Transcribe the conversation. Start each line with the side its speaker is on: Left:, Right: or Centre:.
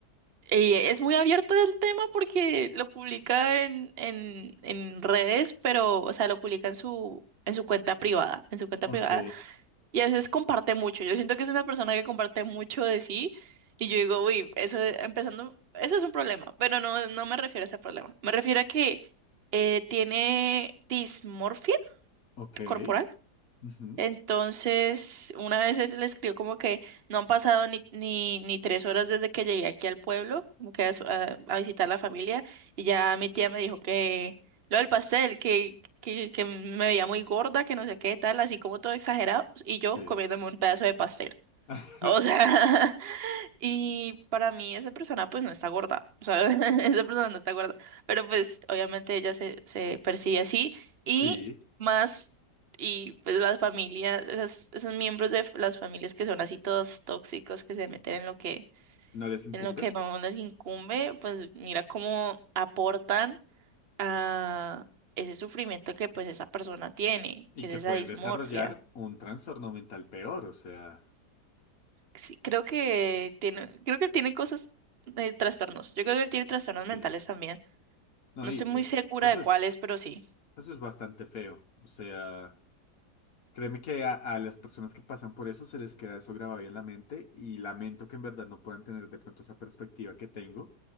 Right: Y es muy abierto el tema porque lo publica en, en, en redes, pero, o sea, lo publica en su, en su cuenta privada, en su cuenta
Left: Ok,
Right: privada, y a veces comparte mucho. Yo siento que es una persona que comparte mucho de sí, y yo digo, uy, eso empezando, eso es un problema, pero no, no me refiero a ese problema. Me refiero a que eh, tiene dismorfia
Left: ok.
Right: corporal.
Left: Ujú.
Right: Entonces, una vez es- le escribió como que no han pasado ni, ni, ni tres horas desde que llegué aquí al pueblo, como que a, su- a- a visitar la familia, y ya mi tía me dijo que lo del pastel, que, que, que me veía muy gorda, que no sé qué tal, así como todo exagerado, y
Left: Sí.
Right: yo comiéndome un pedazo de pastel.
Left: <laughs>
Right: O sea, <laughs> y para mí esa persona pues no está gorda, o sea, <laughs> esa persona no está gorda, pero pues obviamente ella se, se percibe así y
Left: Sí.
Right: más, y pues las familias, esas, esos miembros de f- las familias que son así todos tóxicos, que se meten en lo que,
Left: ¿No les incumbe?
Right: en lo que no les incumbe, pues mira cómo aportan a ese sufrimiento que pues esa persona tiene,
Left: Y
Right: que es
Left: que
Right: esa
Left: pueden
Right: dismorfia.
Left: desarrollar un trastorno mental peor, o sea,
Right: Sí, creo que tiene, creo que él tiene cosas, eh, trastornos. Yo creo que él tiene trastornos mentales
Left: sí.
Right: también.
Left: No,
Right: No
Left: y
Right: estoy muy
Left: es-
Right: segura
Left: eso
Right: de cuáles,
Left: es,
Right: pero sí.
Left: eso es bastante feo. O sea. Créeme que a, a las personas que pasan por eso se les queda eso grabado ahí en la mente y lamento que en verdad no puedan tener de pronto esa perspectiva que tengo